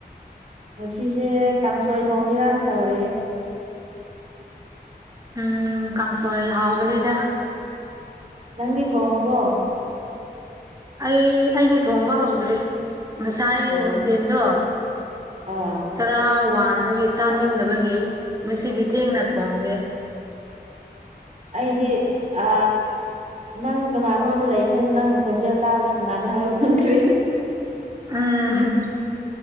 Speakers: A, on the right; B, on the right.
A: ꯑꯁꯤꯁꯦ ꯀꯥꯡꯁꯣꯏ ꯊꯣꯡꯁꯤꯔꯥꯟ ꯇꯧꯔꯤꯑ
B: ꯎꯝ ꯀꯥꯡꯁꯣꯏ ꯍꯥꯎꯕꯅꯦꯗ
A: ꯅꯪꯒꯤ ꯊꯣꯡꯉꯕꯣ
B: ꯑꯩ ꯑꯩꯗꯤ ꯊꯣꯡꯕ ꯍꯧꯗ꯭ꯔꯤ ꯉꯁꯥꯏ
A: ꯑꯣ
B: ꯅꯨꯡꯊꯤꯟꯗꯣ
A: ꯑꯥ
B: ꯇꯔꯥ ꯋꯥꯟꯕꯒꯤ ꯆꯥꯅꯤꯡꯗꯕꯒꯤ ꯉꯁꯤꯗꯤ ꯊꯦꯡꯅ ꯊꯣꯡꯒꯦ
A: ꯑꯩꯗꯤ ꯑ ꯅꯪ ꯀꯅꯥꯅꯣꯅ ꯂꯩꯕꯅꯤꯅ ꯅꯪ ꯈꯣꯟꯖꯦꯜ ꯇꯥꯕꯗ ꯀꯅꯥꯅꯣ ꯍꯥꯏꯕ ꯈꯪꯗꯦ
B: ꯎꯝ